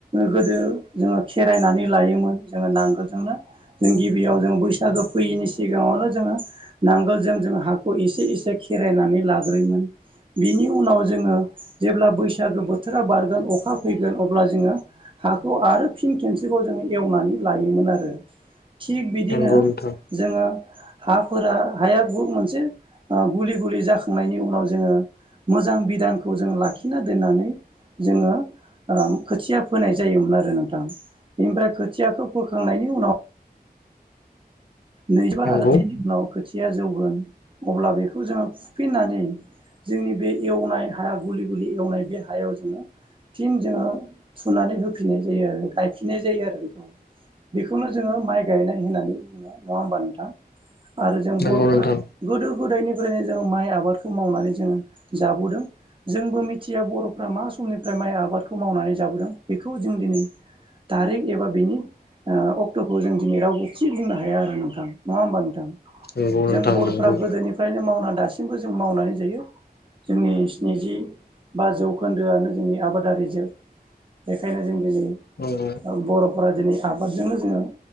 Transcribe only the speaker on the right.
गोदो जोङो खेरायनानै लायोमोन जोङो नांगोलजोंनो जों गिबियाव जों बैसागो फैयैनि सिगाङावल' जोङो नांगोल जो जोङो हाखौ एसे एसे खेरायनानै लाग्रोयोमोन बिनि उनाव जोङो जेब्ला बैसाग बैसागो बोथोरा बारगोन अखा फैगोन। अब्ला जोङो हाखौ आरो फिन खनसेबाव जोङो एवनानै लायोमोन आरो। थिग बिदिनो
जोङो हाफोरा हाया ग मोनसे गुलि गुलि जाखांनायनि उनाव जोङो मोजां बिधानखौ जों लाखिना दोननानै जोङो खोथिया फोनाय जायोमोन आरो नोंथां बेनिफ्राय खोथियाखौ फोखांनायनि उनाव नैजिबा
आरो थिननि उनाव खोथिया जौगोन अब्ला बेखौ जोङो फुफिन्नानै जोंनि बे एवनाय हाया गुलि गुलि एवनाय बे हायाव जोङो फिन जोङो थुनानै होफिननाय जायो आरो गायफिननाय जायो आरो। बेखौ बेखौनो जोङो माइ गायनाय होननानै बुङो। नङा होमबा नोंथां आरो जों
बर'फ्रा
गोदो गोदायनिफ्रायनो जोंङो माइ आबादखौ मावनानै जोङो जाबोदों जोंबो मिथिया बर'फ्रा मा समनिफ्राय माइ आबादखौ मावनानै लाबदों। बेखौ जों दिनै थारिख एबा बेनि अक्ट'खौ जों दिनै रावबो थि बुंनो हाया आरो। नोंथां नङा होनबा नोंथां
जों बर'
गोदोनिफ्रायनो मावनानै दासिमबो जों मावनानै जायो। जोंनि स्निजि बा जौखोन्दोआनो जोंनि आबादारिजों बेखायनो जों दिनै
बर'फोरा दिनै आबादजोंनो जोङो